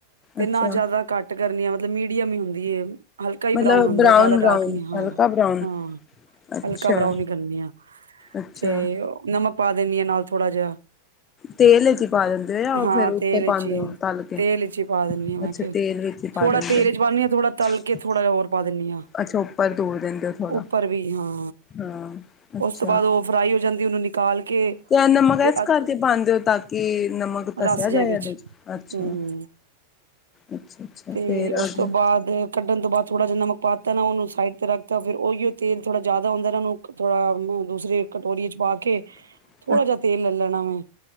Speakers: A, on the right; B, on the left.
A: ਤੇ
B: ਅੱਛਾ
A: ਨਾ ਜ਼ਿਆਦਾ ਘੱ ਘੱਟ ਕਰਨੀ ਆਂ ਮਤਲਬ ਮੀਡੀਅਮ ਈ ਹੁੰਦੀ ਐ। ਹਲਕਾ ਈ
B: ਮਤਲਬ
A: ਬਰਾਊਨ ਹੁੰਦਾ ਜ਼ਿਆਦਾ
B: ਬਰਾਊਨ
A: ਡਾਰਕ ਨੀ ਹਾਂ
B: ਹਲਕਾ ਬਰਾਊਨ
A: ਹਾਂ।
B: ਅੱਛਾ
A: ਹਲਕਾ ਬਰਾਊਨ ਈ ਕਰਨੀ ਆ
B: ਅੱਛਾ
A: ਤੇ ਨਮਕ ਪਾ ਦਿਨੀ ਆ ਨਾਲ ਥੋੜ੍ਹਾ ਜਾ।
B: ਤੇਲ ਵਿੱਚ ਈ ਪਾ ਦਿੰ ਓ
A: ਹਾਂ
B: ਫਿਰ ਉੱਤੇ
A: ਤੇਲ
B: ਪਾਂਦੇ
A: ਚ ਹੀ
B: ਓ ਤਲ ਕੇ
A: ਤੇਲ ਵਿਚ ਹੀ ਪਾ ਦਿੰਦੀ ਆ ਮੈਂ
B: ਅੱਛਾ
A: ਤੇ
B: ਤੇਲ ਵਿੱਚੀ ਪਾ
A: ਥੋੜਾ
B: ਦਿੰਦੇ
A: ਤੇਲ
B: ਓ।
A: ਚ ਪਾਨੀ ਆ ਥੋੜਾ ਤਲ ਕੇ ਥੋੜਾ ਜਿਹਾ ਹੋਰ ਪਾ ਦਿੰਦੀ ਆ
B: ਅੱਛਾ, ਉੱਪਰ ਡੋਲ ਦਿੰਦੇ ਓ ਥੋੜ੍ਹਾ
A: ਉੱਪਰ ਵੀ ਹਾਂ
B: ਹਾਂ। ਅੱਛਾ।
A: ਉਸ ਤੋਂ ਬਾਅਦ ਓ ਫਰਾਈ ਹੋ ਜਾਂਦੀ ਓਨੂੰ ਨਿਕਾਲ ਕੇ।
B: ਤੇ ਐ ਨਮਕ ਏਸ
A: ਤੇ ਅ
B: ਕਰਕੇ ਪਾਂਦੇ ਓ ਤਾਂ ਕੀ, ਨਮਕ ਤਾਂ
A: ਰਸ
B: ਸੈ
A: ਜੇ
B: ਜਾਏ
A: ਵਿੱਚ
B: ਏਦੇ ਚ ਅੱਛਾ
A: ਹੂੰ
B: ਅੱਛਾ। ਅੱਛਾ
A: ਤੇ
B: ਫੇਰ
A: ਓਸ
B: ਅੱਗੇ
A: ਤੋਂ ਬਾਅਦ ਕੱਢਣ ਤੋਂ ਬਾਅਦ ਥੋੜ੍ਹਾ ਜਾ ਨਮਕ ਪਾਤਾ ਨਾ ਓਨੂੰ ਸਾਈਡ'ਤੇ ਰੱਖਤਾ ਫਿਰ ਓਹੀਓ ਤੇਲ ਥੋੜਾ ਜਿਆਦਾ ਹੁੰਦਾ ਨਾ ਓਨੂੰ ਥੋੜਾ ਦੂਸਰੀ ਕਟੋਰੀ ਚ ਪਾ ਕੇ।
B: <inaudible>
A: ਥੋੜਾ ਜਾ ਤੇਲ ਲੈ ਲੈਣਾ ਵਾਂ